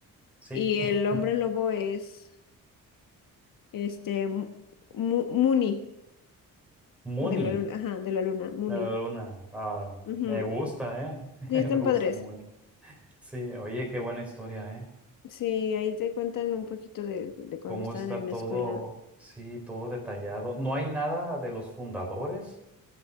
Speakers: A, in the centre; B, on the left.
A: Sí.
B: Y
A: <laughs>
B: el hombre lobo es. Este, Mu- Mu- Muni,
A: Mooney,
B: de la luna, ajá, de la luna, Muni.
A: la luna. Ah,
B: Ujú.
A: me gusta, ¿eh? <laughs>
B: Sí, están
A: Me gusta
B: padres.
A: Mooney. Sí, oye, qué buena historia, ¿eh?
B: Sí, ahí te cuentan un poquito de, de cuando
A: Cómo
B: estaban
A: está
B: en la
A: todo,
B: escuela.
A: sí, todo detallado. No hay nada de los fundadores.